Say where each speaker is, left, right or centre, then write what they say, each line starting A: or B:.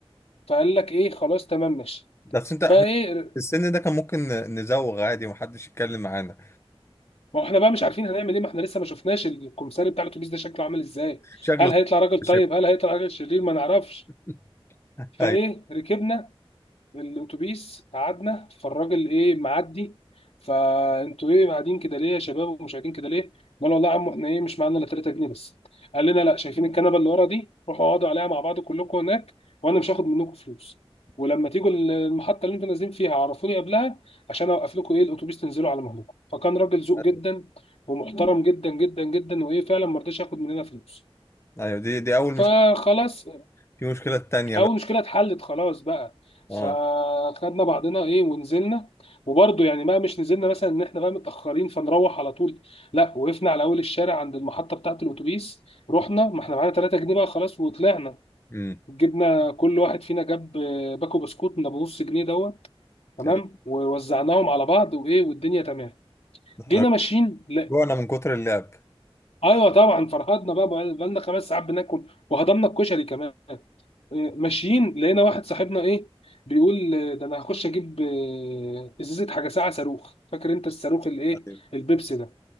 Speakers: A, on the left; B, on the left.
A: فقال لك ايه خلاص تمام ماشي
B: بس انت احنا
A: فايه
B: في السن ده كان ممكن نزوغ عادي ومحدش يتكلم معانا
A: ما هو احنا بقى مش عارفين هنعمل ايه ما احنا لسه ما شفناش الكمساري بتاع الاتوبيس ده شكله عامل ازاي
B: شكله
A: هل هيطلع راجل
B: شف.
A: طيب هل هيطلع راجل شرير ما نعرفش
B: <laughs>
A: فايه
B: ايوه
A: ركبنا الاتوبيس قعدنا فالراجل ايه معدي فانتوا ايه قاعدين كده ليه يا شباب ومش قاعدين كده ليه؟ قال والله يا عم احنا ايه مش معانا الا 3 جنيه بس قال لنا لا شايفين الكنبه اللي ورا دي روحوا اقعدوا عليها مع بعض كلكم هناك وانا مش هاخد منكم فلوس ولما تيجوا المحطه اللي انتوا نازلين فيها عرفوني قبلها عشان اوقف لكم ايه الاتوبيس تنزلوا على مهلكم فكان راجل ذوق
B: ايوه
A: جدا ومحترم جدا جدا جدا وايه فعلا ما رضاش ياخد مننا فلوس
B: ايوه دي دي اول
A: فخلاص
B: مشكله في مشكله تانية
A: او
B: بقى
A: المشكله اتحلت خلاص بقى
B: اه
A: فخدنا بعضنا ايه ونزلنا وبرضه يعني ما مش نزلنا مثلا ان احنا بقى متاخرين فنروح على طول لا وقفنا على اول الشارع عند المحطه بتاعه الاتوبيس رحنا ما احنا معانا 3 جنيه بقى خلاص وطلعنا
B: امم
A: جبنا كل واحد فينا جاب آه، باكو بسكوت من ابو نص جنيه دوت تمام
B: كمان
A: ووزعناهم على بعض وايه والدنيا تمام
B: احنا
A: جينا ماشيين لا
B: جوعنا من كتر اللعب
A: ايوه طبعا فرهدنا بقى بقى لنا خمس ساعات بناكل وهضمنا الكشري كمان ماشيين لقينا واحد صاحبنا ايه بيقول آه، ده انا هخش اجيب آه، ازازه حاجه ساعه صاروخ فاكر انت الصاروخ الايه
B: ايوه
A: البيبسي ده